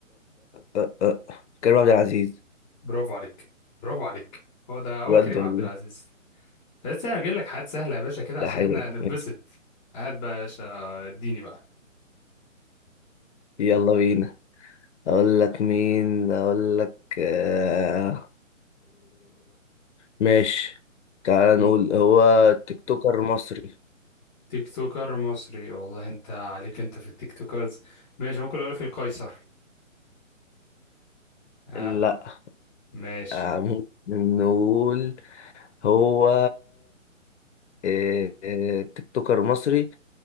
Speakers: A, on the left; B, on the left.
A: آه آه كريم عبد العزيز
B: برافو عليك برافو عليك هو ده هو
A: بجد
B: كريم
A: والله
B: عبد العزيز بس انا هجيب لك حاجات سهله يا باشا كده
A: ده
B: عشان
A: حلو
B: احنا
A: ده
B: نتبسط
A: ماشي
B: هات بقى يا باشا اديني بقى
A: يلا بينا أقول لك مين أقول لك آه ماشي تعال
B: مم.
A: نقول هو تيك توكر مصري
B: تيك توكر مصري والله انت عليك انت في التيك توكرز ماشي ممكن اقول لك القيصر اه
A: لا
B: ماشي
A: آه، ممكن نقول هو إيه، إيه، تيك توكر مصري